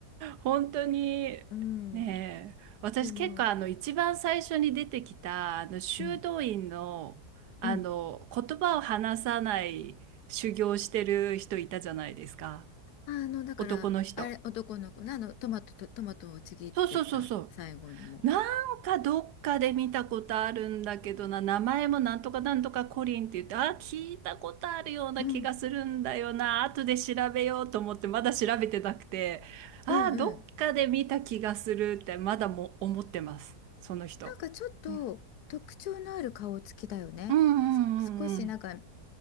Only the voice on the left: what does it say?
うん。でも、うん、うん。あの、だから、
あれ、男の子の、あの、トマトと、トマトをちぎってた、
最後にも。
うん、
うん、
うん。
なんかちょっと特徴のある顔つきだよね。
す少しなんか